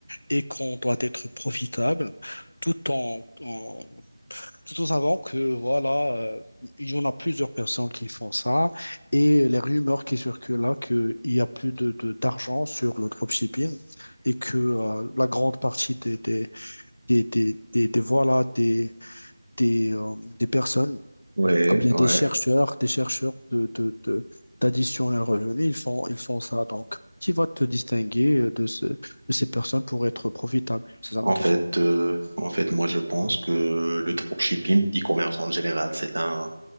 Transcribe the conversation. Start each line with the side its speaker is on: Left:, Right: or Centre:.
Left: et qu'on doit être profitable tout en, en- tout en savant que voilà, euh, il y en a plusieurs personnes qui font ça et les rumeurs qui circulent là qu'il y a plus de, de- d'argent sur le dropshipping et que euh, la grande partie des, des, des, des, des, des- voilà, des des, euh, des personnes
Right: Ouais,
Left: ou bien
Right: ouais.
Left: des chercheurs, des chercheurs de, de, de, d'addition à un revenu, ils font, ils font ça. Donc, qui va te distinguer de, ce- de ces personnes pour être profitable? C'est ça
Right: En
Left: ma question.
Right: fait, euh, en fait, moi, je pense que le dropshipping, e-commerce en général, c'est un, en